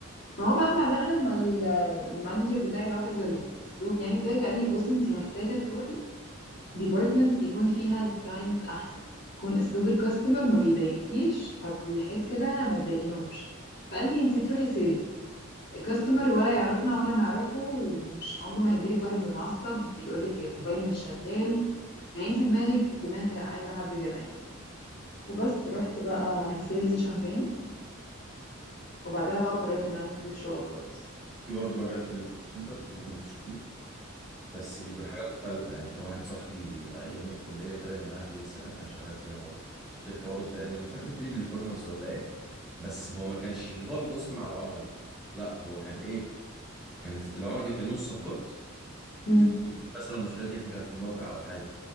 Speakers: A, on the left (about 50°); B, in the centre.
A: ما هو بقى
B: ممكن
A: بعدها لما ال- المانجر بتاعي لاحظ الاسلوب يعني وكده قال لي بصي انت محتاجه تروحي ديبارتمنت يكون فيها الكلاينت احسن يعني يكون اسلوب الكاستمر ما بيضايقكيش فبالحيث كده ما تضايقيهمش فقال لي انت تروحي سيلز كاستمر ولا يعرفنا ولا نعرفه ومش عمره ما هيجيلك واحد متعصب بيقولك موبايلي مش شغال يعني انت دماغك دماغ عايزه حد كده يعني وبس رحت بقى سيلز شهرين وبعدها بقى قررت ان انا اسيب الشغل خالص
B: في برضه مجال في الكول سنتر ممكن تشوفيه بس بيكون حاجة مختلفة يعني كان واحد صاحبي أيام الكلية وكده كان معايا في السكن كان شغال فيها برضه شركة برضه تقريبا مش فاكر تيلي بيرفورمانس ولا إيه بس هو ما كانش اللي هو بيتواصل مع العملاء لا هو كان إيه كان الس- العملاء بيتكلموا السبورت
A: مم.
B: يبقى في مثلا مشكلة تكنيكال في الموقع أو حاجة